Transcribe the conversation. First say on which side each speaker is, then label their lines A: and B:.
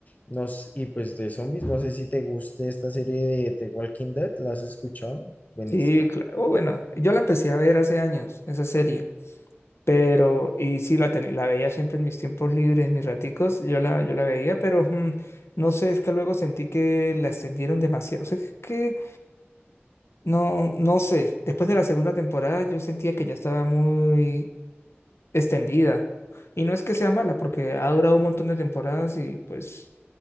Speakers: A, on the left; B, on the left.
A: no s- y pues de zombies, no sé si te guste esta serie de The Walking Dead, ¿la has escuchado? Buenísima.
B: Sí, claro. Oh, bueno, yo la empecé a ver hace años, esa serie. Pero, y sí, la, teni- la veía siempre en mis tiempos libres, en mis raticos, yo la, yo la veía, pero mm, no sé, es que luego sentí que la extendieron demasiado. O sea, es que no, no sé, después de la segunda temporada yo sentía que ya estaba muy extendida. Y no es que sea mala, porque ha durado un montón de temporadas y pues